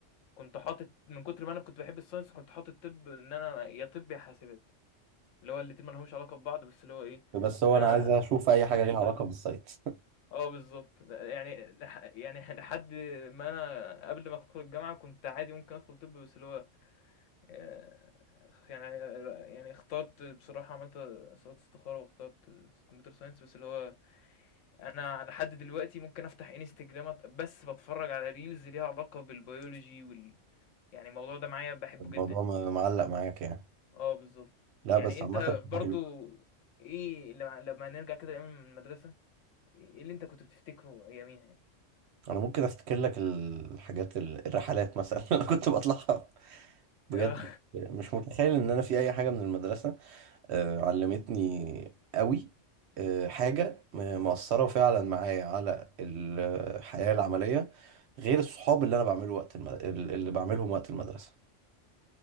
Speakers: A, on the left (about 80°); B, on the right (about 65°).
A: كنت حاطط من كتر ما انا كنت بحب الساينس كنت حاطط طب ان انا يا طب يا حاسبات اللي هو الاتنين ما لهمش علاقه ببعض بس اللي هو ايه
B: بس هو
A: انا
B: انا عايز اشوف اي
A: بحب
B: حاجة ليها
A: الساينس
B: علاقة بالسايت <laughs>
A: آه بالضبط، ل يعني لح يعني <laughs> لحد ما أنا قبل ما أدخل الجامعة كنت عادي ممكن أدخل طِب، بس اللي هو آآ، يعني آه، يعني اخترت بصراحة عملت صلاة استخارة واخترت computer science بس اللي هو أنا على حد دلوقتي ممكن أفتح Instagram أت بس باتفرّج على reels ليها علاقة بالbiology وال يعني الموضوع ده معايا باحبه
B: الموضوع
A: جدًا يعني.
B: م- معلق معاك يعني
A: آه بالضبط،
B: لا
A: يعني
B: بس
A: أنت
B: عامة
A: برضه
B: حلو
A: إيه لمّا لمّا نرجع كده لأيام المدرسة، إيه اللي أنت كنت بتفتكره أياميها يعني؟
B: انا ممكن افتكر لك الحاجات ال- الرحلات مثلا <laughs> انا كنت بطلعها بجد
A: آه.
B: مش متخيل ان انا في اي حاجة من المدرسة آه، علمتني قوي آه،
A: <laughs> إمم.
B: حاجة م- مؤثرة فعلا معايا على الحياة العملية غير الصحاب اللي انا بعمله وقت المد... اللي بعملهم وقت المدرسة